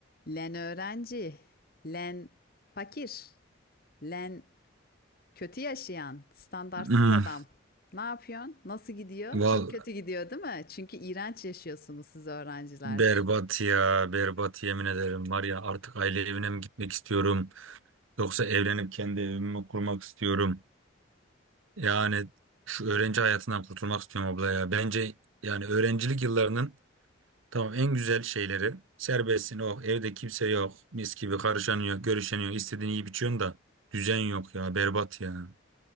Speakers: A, on the left; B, on the right.
A: Len öğrenci, len fakir, len kötü yaşayan, standartsız
B: Hmm.
A: adam. Ne yapıyorsun? Nasıl gidiyor?
B: Val
A: Çok kötü gidiyor, değil mi? Çünkü iğrenç yaşıyorsunuz siz öğrenciler.
B: berbat ya berbat yemin ederim var ya artık aile evine mi gitmek istiyorum yoksa evlenip kendi evimi mi kurmak istiyorum yani şu öğrenci hayatından kurtulmak istiyorum abla ya bence yani öğrencilik yıllarının tamam en güzel şeyleri serbestsin oh evde kimse yok mis gibi karışanıyor görüşeniyor istediğini yiyip içiyorsun da düzen yok ya berbat ya